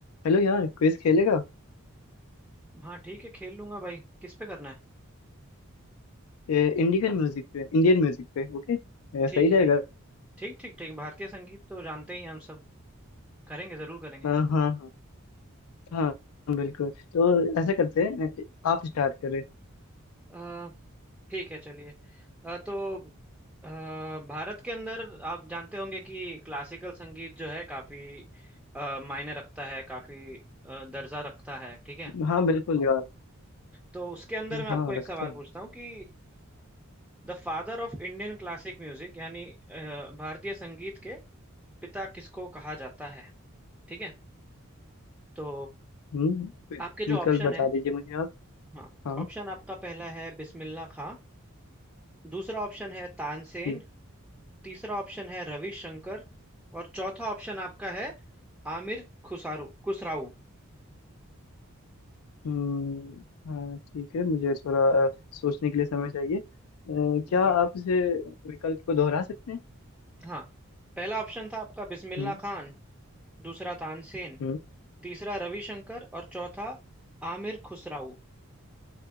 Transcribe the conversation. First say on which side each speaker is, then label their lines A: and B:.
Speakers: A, on the left (about 80°); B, in the centre.
A: Hello यार quiz खेलेगा
B: हाँ ठीक है खेल लूंगा भाई किस पे करना है
A: Indian music पे इंडियन म्यूजिक पे ओके
B: ठीक
A: सही
B: है
A: रहेगा अ,
B: ठीक ठीक ठीक भारतीय संगीत तो जानते ही हैं हम सब करेंगे जरूर करेंगे
A: हाँ हाँ हाँ बिल्कुल तो ऐसा करते हैं अ, आप स्टार्ट करें
B: अ, ठीक है चलिए अ, तो अ, भारत के अंदर आप जानते होंगे कि क्लासिकल संगीत जो है काफी अ, मायने रखता है काफी अ, दर्जा रखता है ठीक है
A: हाँ बिल्कुल यार
B: तो उसके अंदर मैं
A: हाँ
B: आपको एक
A: रखते
B: सवाल
A: हैं
B: पूछता हूँ कि the father of Indian classic music यानी अ, भारतीय संगीत के पिता किसको कहा जाता है ठीक है तो
A: हम्म
B: आपके जो
A: विकल्प
B: ऑप्शन
A: बता
B: है
A: दीजिए मुझे आप
B: हाँ
A: हाँ
B: ऑप्शन आपका पहला है बिस्मिल्लाह खां दूसरा ऑप्शन है तानसेन
A: ठीक
B: तीसरा ऑप्शन है रविशंकर और चौथा ऑप्शन आपका है आमिर खुसारू खुसराऊ
A: हम्म हाँ ठीक है मुझे थोड़ा अ, सोचने के लिए समय चाहिए अ,
B: जी
A: क्या आप
B: जी
A: इसे विकल्प को दोहरा सकते हैं
B: हाँ पहला ऑप्शन था आपका बिस्मिल्लाह
A: हम्म
B: खान दूसरा तानसेन
A: हम्म।
B: तीसरा रविशंकर और चौथा आमिर खुसराऊ